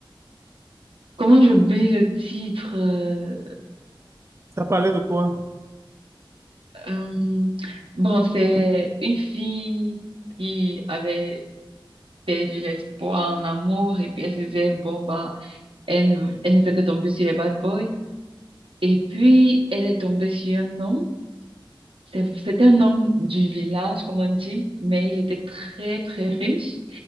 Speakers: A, on the right; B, on the right.
A: comment j'oublie le titre. euh,
B: Ça parlait de quoi?
A: euh, bon, c'est une fille qui avait perdu l'espoir en amour et puis elle se disait bon bah elle ne, elle ne fait que tomber sur les bad boys. Et puis, elle est tombée sur un homme. C'est- C'était un homme du village, comme on dit, mais il était très, très riche.